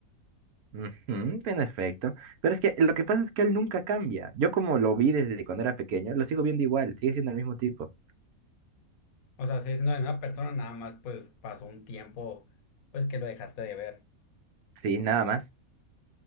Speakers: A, on the right; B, on the left.
A: Ujú, en efecto. Pero es que lo que pasa es que él nunca cambia. Yo como lo vi desde cuando era pequeño, lo sigo viendo igual, sigue siendo el mismo tipo.
B: O sea, sigue siendo la misma persona, nada más pues pasó un tiempo, pues que lo dejaste de ver.
A: Sí, nada más.